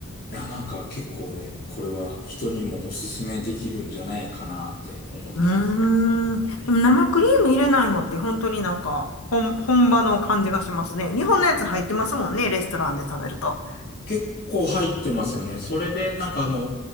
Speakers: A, on the left; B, on the left.
A: や、なんか結構ね、これは人にもおすすめできるんじゃないかなって思ってます、
B: うーん。
A: 実は。はい。
B: でも生クリーム入れないのって本当になんか本、本場の感じがしますね。日本のやつ入ってますもんね、レストランで食べると。
A: 結構入ってますよね。それで、なんかあの、